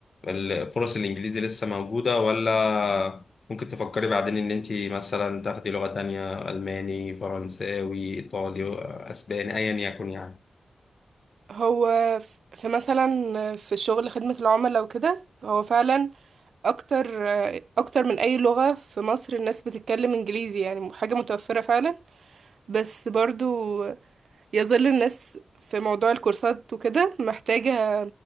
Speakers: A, on the left; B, on the right.
A: ال- فرص الانجليزي لسه موجوده ولا ممكن تفكري بعدين ان انت مثلا تاخدي لغه تانية الماني فرنساوي ايطالي اسباني ايا يكن يعني
B: هو ف- في مثلا في شغل خدمة العملاء وكده هو فعلا اكتر اكتر من اي لغة في مصر الناس بتتكلم انجليزي يعني حاجة متوفرة فعلا بس برضو يظل الناس في موضوع الكورسات وكده محتاجة